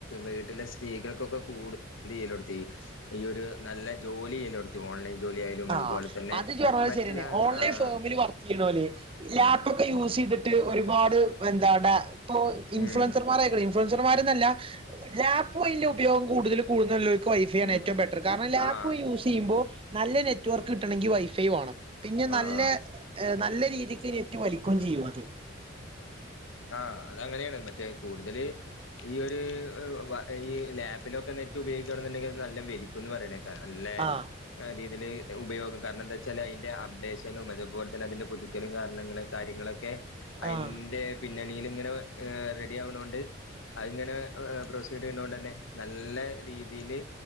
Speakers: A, on the left (about 80°); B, on the right (about 25°).
A: വീട്ടിലെ സ്ത്രീകൾക്കൊക്കെ കൂടുതൽ <unintelligible> ഈ ഒരു നല്ല ജോലിയെല്ലാടുത്തി ഓൺലൈൻ ജോലി ആയാലും
B: ആഹ്
A: അതുപോലെ തന്നെ
B: അത് ഇജ്ജ് പറഞ്ഞത്
A: മറ്റുള്ള
B: ശരിയന്നെ ഓൺലൈൻ
A: ആഹ്
B: ഫോമിൽ വർക്ക് ചെയ്യണോല്ലെ ലാപ്
A: ആഹ് ആഹ്
B: ഒക്കെ യൂസ് ചെയ്തിട്ട് ഒരുപാട് എന്താ ഇപ്പോ ഇൻഫ്ലുവൻസർമാരായി
A: ഉം
B: <unintelligible> യക്ക ഇൻഫ്ലുവൻസർമാർന്നല്ല ലാപ്പ് പോയിന്റെ ഉപയോഗം കൂടുതല കൂടുതലു ഉള്ളവർക്ക് വൈഫൈ
A: ഉം
B: ആണ് ഏറ്റവും ബെറ്റർ കാരണം ലാപ്പ്
A: ആഹ്
B: യൂസ് ചെയ്യുമ്പോൾ നല്ല നെ നെറ്റ്‌വർക്ക് കിട്ടണമെങ്കിൽ വൈഫൈ വേണം പിന്നെ നല്ല
A: ആഹ്
B: നല്ല രീതിക്ക് നെറ്റ് വലിക്കുകയും ചെയ്യും അത്
A: ആഹ അത് അങ്ങനെയാണ് മറ്റേ കൂടുതല് ഈ ഒരു ഒ <unintelligible> ഈ ലാപ് കപ്പിലൊക്കെ നെറ്റ് ഉപയോഗിക്കുകണെന്നുണ്ടെങ്കിൽ നല്ല വലിക്കുന്ന് പറയണേക്കാം അല്ലെ
B: ആഹ്
A: ആരീതിയിൽ ഉപയോഗം കാരണം എന്താ വെച്ചാൽതിന്റെ അപ്ഡേഷനും അതുപോലെ തന്നെ അതിൻ്റെ പുതുക്കലും കാരണങ്ങളും കാര്യങ്ങളൊക്കെ അതിൻ്റെ
B: ആഹ്
A: പിന്നണിയില് ഇങ്ങനെ റെഡി ആവണൊണ്ട് അതിങ്ങനെ ആഹ് പ്രൊസീഡ് ചെയ്യുന്നത് കൊണ്ട് തന്നെ നല്ല രീതിയില്